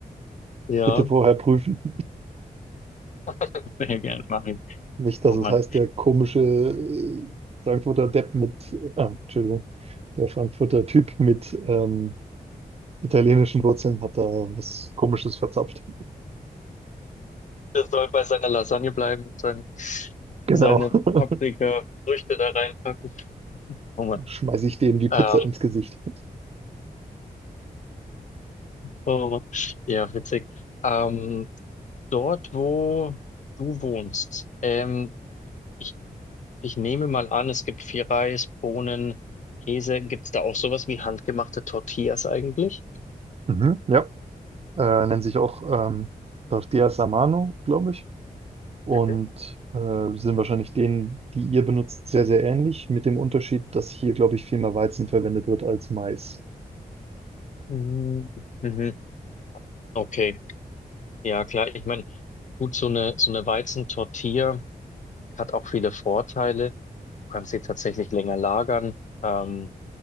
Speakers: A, on the left; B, on the right.
A: Ja,
B: vorher prüfen.
A: <laughs> sehr gerne, mach ich.
B: Nicht, dass
A: Oh
B: es
A: Mann.
B: heißt, der komische äh, Frankfurter Depp mit, ah, Entschuldigung, der Frankfurter Typ mit ähm, italienischen Wurzeln hat da was Komisches verzapft.
A: Der soll bei seiner Lasagne bleiben und seine,
B: Genau.
A: seine
B: <laughs>
A: Paprika-Früchte da reinpacken. Oh Mann.
B: Schmeiße ich dem die Pizza
A: Ähm,
B: ins Gesicht.
A: oh Mann. Ja, witzig. Ähm, dort, wo du wohnst, ähm, ich, ich nehme mal an, es gibt viel Reis, Bohnen, Käse. Gibt es da auch sowas wie handgemachte Tortillas eigentlich?
B: Mhm, ja. Äh, nennen sich auch ähm, Tortillas a mano, glaube ich. Und
A: Mhm.
B: äh, sind wahrscheinlich denen, die ihr benutzt, sehr, sehr ähnlich, mit dem Unterschied, dass hier, glaube ich, viel mehr Weizen verwendet wird als Mais.
A: Mhm. Mhm. Okay, ja klar. Ich meine, gut, so eine, so eine Weizentortilla. Hat auch viele Vorteile. Du kannst sie tatsächlich länger lagern, ähm,